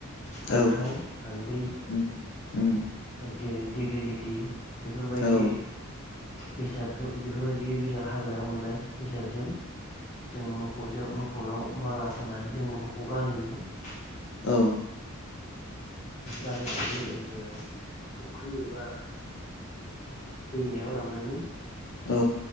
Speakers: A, on the left; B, on the left.
A: फान्थाव
B: औ
A: हालदै
B: उम उम
A: जेरै डिग्रिलिटि बेफोरबायदि
B: औ
A: बेसाद बेफोरबायदि बेसाद हाग्रायाव मोननाय बेसादजों जों मोसौजों मोसौनाव माला खालामनानै जों मोसौखौ गानहोयो।
B: औ
A: गाननानै जोङो फुख्रि एबा दैमायाव लांनानै
B: औ।